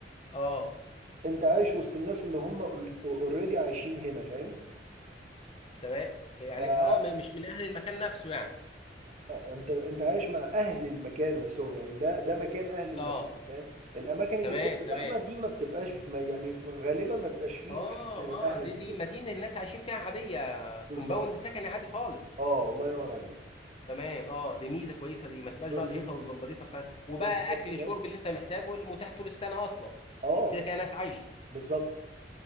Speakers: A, on the left; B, on the right.
A: اه
B: انت عايش وسط الناس اللي هم اوريدي عايشين هنا فاهم
A: تمام يعني
B: فلا
A: اه م- مش من اهل المكان نفسه يعني
B: انت انت عايش مع اهل المكان نفسهم يعني ده ده مكان اهل المكان
A: اه
B: فاهم الاماكن اللي
A: تمام
B: بتبقى
A: تمام
B: زحمه دي ما بتبقاش ما يعني غالبا ما بيبقاش فيه
A: اه
B: حد من اهل
A: اه دي
B: المكان
A: دي مدينة الناس عايشين فيها عادية كومباوند
B: بالظبط
A: سكني عادي خالص
B: اه الله ينور عليك
A: تمام اه دي ميزة كويسة دي ما تبقاش
B: بالظبط
A: بقى الهيصة والزمبريطة بتاع وبقى
B: بالظبط
A: اكل
B: فاهم
A: شرب اللي انت محتاجه اللي متاح طول السنة اصلا
B: اه
A: كده كده ناس عايشة
B: بالظبط